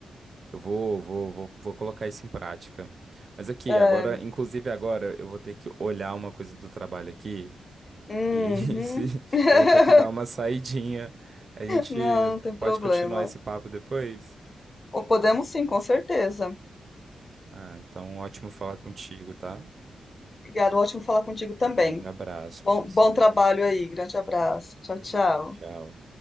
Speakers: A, on the right; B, on the left.
A: Eu vou, vou, vou, vou colocar isso em prática. Mas aqui,
B: É,
A: agora, inclusive agora, eu vou ter que olhar uma coisa do trabalho aqui
B: uhum.
A: e <laughs> se-
B: <laughs>
A: eu vou ter que dar uma saidinha. A gente
B: Não, não tem problema.
A: pode continuar esse papo depois?
B: Ou Podemos sim, com certeza.
A: Ah, então ótimo falar contigo, tá?
B: Obrigada, ótimo falar contigo também.
A: Um grande abraço
B: Bom,
A: pra você.
B: bom trabalho aí, grande abraço. Tchau, tchau.
A: Tchau.